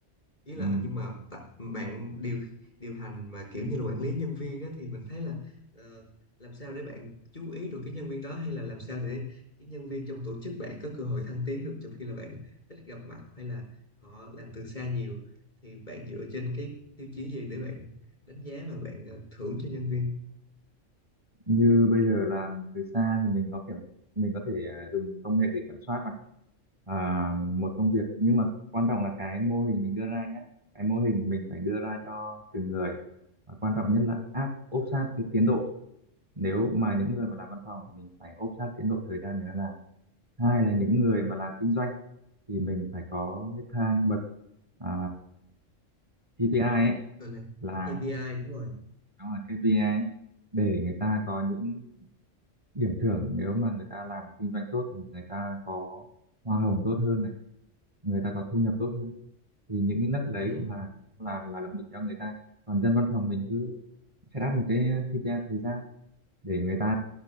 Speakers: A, on the left; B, on the right.
A: ý là
B: ừ.
A: nhưng mà tại- bạn điều điều hành mà kiểu như là quản lý nhân viên á thì mình thấy là ờ, làm sao để bạn chú ý được cái nhân viên đó hay là làm sao để cái nhân viên trong tổ chức bạn có cơ hội thăng tiến được trong khi là bạn ít gặp mặt hay là họ làm từ xa nhiều thì bạn dựa trên cái tiêu chí gì để bạn đánh giá và bạn ờ, thưởng cho nhân viên
B: như bây giờ làm từ xa thì mình có kiểm mình có thể à, dùng công nghệ để kiểm soát bạn à, một công việc nhưng mà quan trọng là cái mô hình mình đưa ra nhé cái mô hình mình phải đưa ra cho từng người và quan trọng nhất là áp ốp sát cái tiến độ nếu mà những người mà làm văn phòng thì mình phải ốp sát tiến độ thời gian người ta làm hai là những người mà làm kinh doanh thì mình phải có cái thang bậc à, KPI ấy
A: rồi là
B: là
A: KPI đúng rồi
B: đó là KPI ấy, để người ta có những điểm thưởng nếu mà người ta làm kinh doanh tốt thì người ta có hoa hồng tốt hơn này người ta có thu nhập tốt hơn thì những cái nấc đấy
A: ừ.
B: là là là động lực cho người ta còn dân văn phòng mình cứ set up một cái KPI thời gian để người ta